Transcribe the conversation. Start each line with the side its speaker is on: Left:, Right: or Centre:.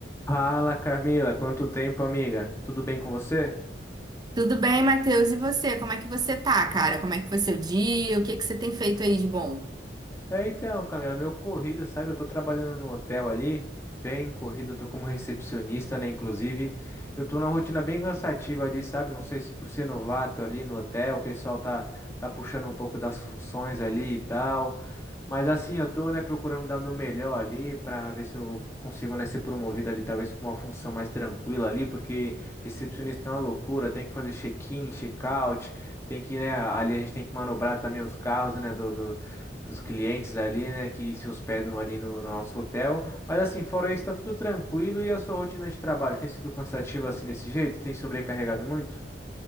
Left: Fala, Camila, quanto tempo, amiga? Tudo bem com você?
Right: Tudo bem, Matheus? E você? Como é que você tá, cara? Como é que foi seu dia? O que que você tem feito aí de bom?
Left: É, então, Camila, meu corrido, sabe? Eu tô trabalhando no hotel ali, bem corrido, eu tô como recepcionista, né? Inclusive, eu tô numa rotina bem cansativa ali, sabe? Não sei se por ser novato ali no hotel, o pessoal tá, tá puxando um pouco das funções ali e tal. Mas assim, eu tô, né, procurando dar o meu melhor ali pra ver se eu consigo, né, ser promovido ali, talvez pra uma função mais tranquila ali, porque recepcionista é uma loucura, tem que fazer check-in, check-out, tem que, né, ali a gente tem que manobrar também os carros, né, do, do- dos clientes ali, né, que se hospedam ali no, no nosso hotel. Mas assim, fora isso, tá tudo tranquilo e a sua rotina de trabalho tem sido cansativa assim desse jeito? Tem sobrecarregado muito?